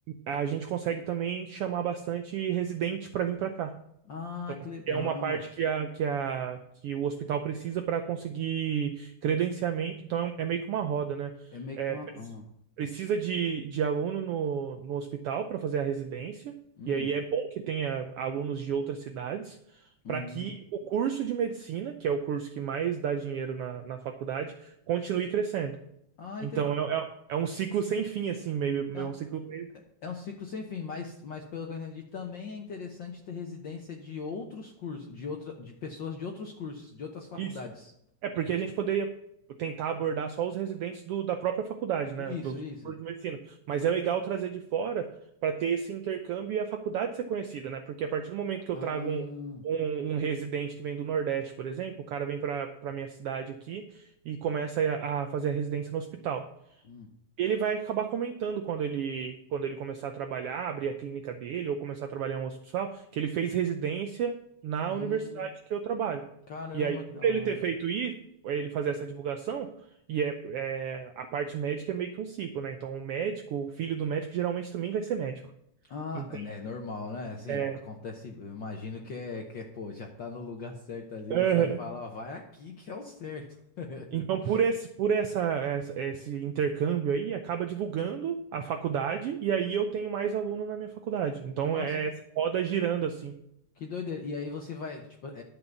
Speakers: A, on the right; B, on the left.
A: a gente consegue também chamar bastante residente para vir para cá.
B: Ah,
A: Então,
B: que legal.
A: é uma parte que, a, que, a, que o hospital precisa para conseguir credenciamento, então é um, é meio que uma roda, né?
B: É meio
A: É,
B: que uma.
A: pre-
B: ah,
A: precisa de, de aluno no, no hospital para fazer a residência,
B: hum,
A: e aí é bom que tenha alunos de outras cidades,
B: hum.
A: para que
B: hum.
A: o curso de medicina, que é o curso que mais dá dinheiro na, na faculdade, continue crescendo.
B: Ah,
A: Então,
B: entendi.
A: é, é, é um ciclo sem fim, assim, meio,
B: É,
A: é
B: um-
A: um ciclo meio.
B: é um ciclo sem fim, mas, mas pelo que eu entendi, também é interessante ter residência de outros cursos, de outra, de pessoas de outros cursos, de outras faculdades.
A: Isso. É porque a gente poderia tentar abordar só os residentes do- da própria faculdade, né?
B: Isso,
A: Dos
B: isso.
A: cursos de medicina. Mas é legal trazer de fora para ter esse intercâmbio e a faculdade ser conhecida, né? Porque a partir do momento que
B: Ah,
A: eu trago um, um, um residente que vem do Nordeste, por exemplo, o cara vem para para minha cidade aqui e começa a, a fazer a residência no hospital
B: hum,
A: ele vai acabar comentando quando ele, quando ele começar a trabalhar, abrir a clínica dele ou começar a trabalhar em um hospital, que ele fez residência na
B: hum.
A: universidade que eu trabalho.
B: Caramba,
A: E aí,
B: que
A: por
B: da
A: ele
B: hora.
A: ter feito isso, ele fazer essa divulgação, e é, é- a parte médica é meio que um ciclo, né? Então, o médico, o filho do médico geralmente também vai ser médico.
B: Ah,
A: Então,
B: é é normal, né? Assim,
A: é,
B: acontece, eu imagino que é, que é, pô, já tá no lugar certo ali,
A: aham.
B: o pai fala, ó, vai aqui que é o certo. <laughs>
A: Então, por esse, por essa, essa- esse intercâmbio aí, acaba divulgando a faculdade, e aí eu tenho mais aluno na minha faculdade. Então,
B: Nossa,
A: é essa roda girando, assim.
B: Que doideira. E aí você vai, tipo, é,